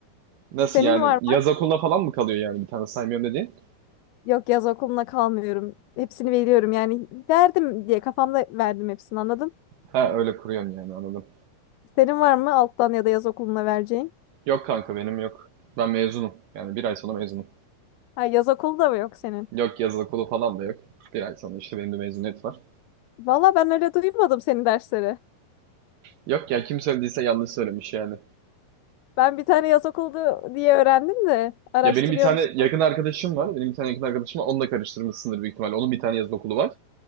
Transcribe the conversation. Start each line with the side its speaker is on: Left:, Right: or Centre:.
Left: <laughs>
Right: Nasıl
Left: Senin
Right: yani?
Left: var
Right: Yaz
Left: mı?
Right: okulla falan mı kalıyor yani bir tane saymıyorum dediğin?
Left: Yok yaz okuluna kalmıyorum. Hepsini veriyorum yani verdim diye kafamda verdim hepsini anladın?
Right: Ha öyle kuruyorsun yani anladım.
Left: Senin var mı alttan ya da yaz okuluna vereceğin?
Right: Yok kanka benim yok. Ben mezunum. Yani bir ay sonra mezunum.
Left: Ha yaz okulu da mı yok senin?
Right: Yok yaz okulu falan da yok. Bir ay sonra işte benim de mezuniyet var.
Left: Valla ben öyle duymadım senin dersleri.
Right: Yok ya kim söylediyse yanlış söylemiş yani.
Left: Ben bir tane yaz okuldu diye öğrendim de araştırıyormuş.
Right: Ya benim bir tane yakın arkadaşım var. Benim bir tane yakın arkadaşım var. Onunla karıştırmışsındır büyük ihtimalle. Onun bir tane yaz okulu var.